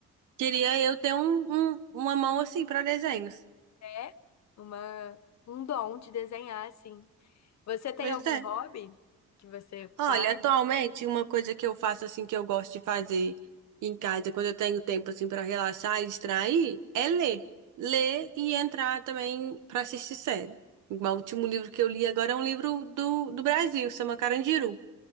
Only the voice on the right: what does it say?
Queria eu ter um, um- uma mão assim pra desenhos.
Pois
é.
Olha, atualmente uma coisa que eu faço assim que eu gosto de fazer em casa, quando eu tenho tempo assim para relaxar e distrair, é ler. Ler e entrar também para assistir série. Igual O último livro que eu li agora é um livro do, do Brasil, chama Carandiru,